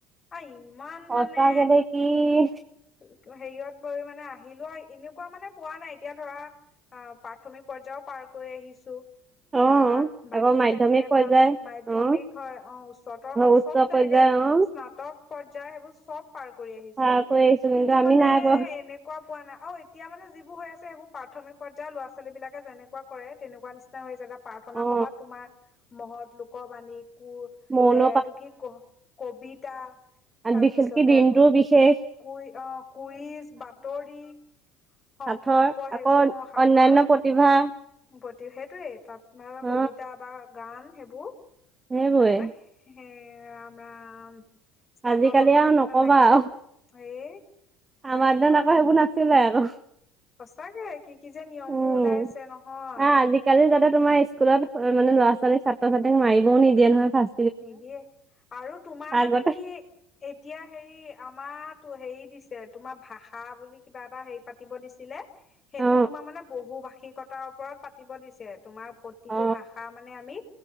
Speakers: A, on the left (about 30°); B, on the right (about 20°).
A: আ, ইমান
B: সঁচাকে
A: মানে
B: দেই কি
A: হেৰিয়ত পৰি মানে আহিলোৱা এনেকুৱা মানে পোৱা নাই এতিয়া ধৰা অ, প্ৰাথমিক পৰ্যায় পাৰ কৰি আহিছো।
B: অ
A: বা বাকী
B: আকৌ মাধ্যমিক
A: তেনেকে
B: পৰ্যায়
A: ধৰা মাধ্যমিক
B: অ
A: হয় অ, উচ্চতৰ হওক
B: উচ্চ
A: চব
B: পৰ্যায়
A: তেনেকে স্নাতক
B: অ
A: পৰ্যা়য় সেইবোৰ চব পাৰ কৰি আহিছো
B: পাৰ কৰি আহিছো
A: কিন্তু
B: আমি
A: মানে
B: নাই
A: এনেকুৱা
B: পোৱা
A: পোৱা নাই অ, এতিয়া মানে যিবোৰ হৈ আছে সেইবোৰ প্ৰাথমিক পৰ্যায়ৰ ল'ৰা - ছোৱালী বিলাকে যেনেকুৱা কৰে তেনেকুৱা নিচিনা হৈ জাগাত প্ৰাৰ্থনা
B: অ
A: সভাত তোমাৰ মহৎ লোক বাণী অ,
B: মৌন
A: এ, এইটো কি ক' কবিতা
B: আন
A: তাৰপিছতে
B: বিশেষকে দিনটোও
A: আকৌ
B: বিশেষ।
A: কুই অ, কুইজ বাতৰি সংকল্প
B: সাঁথৰ
A: সেইবোৰ
B: আকৌ
A: অ, সাঁথৰ
B: অন্যান্য প্ৰতিভা
A: প্ৰতি সেইটোৱেই তাত
B: অ
A: <unintelligible> কবিতা বা গান সেইবোৰ।
B: সেইবোৰে
A: ৰামে হে ৰাম-ৰাম। স্নাতকতো
B: আজিকালি আৰু
A: সেইবোৰ
B: নকবা
A: নাথাকিলে
B: আৰু
A: হেয়ে। মানে
B: আমাৰ
A: কিমান
B: দিনত আকৌ সেইবোৰ
A: কি-কি
B: নাছিলে আকৌ
A: সঁচাকে কি-কি যে নিয়মবোৰ
B: উম
A: ওলাইছ ছে নহয়।
B: আহ আজিকালি যাতে তোমাৰ স্কুলত অ, মানে লৰা-ছোৱালীক, ছাত্ৰ- ছাত্ৰীক মাৰিবও নিদিয়ে নহয় ফাৰ্ষ্ট।
A: নিদিয়ে আৰু তোমাৰ
B: আগতে
A: মানে কি এতিয়া হেৰি আমাৰ টো হেৰি দিছে তোমাৰ ভাষা বুলি কিবা এটা হেৰি পাতিব দিছিলে সেইটো
B: অ
A: তোমাৰ মানে বহু ভাষিকতাৰ ওপৰত পাতিব দিছে। তোমাৰ প্ৰতিটো
B: অ
A: ভাষা মানে আমি